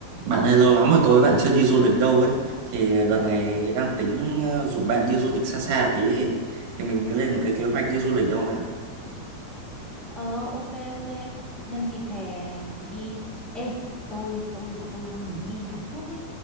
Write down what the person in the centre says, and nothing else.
Ờ ok ok Nhân dịp hè này thì đi Ê tôi tôi là tôi đang muốn đi Hàn Quốc ấy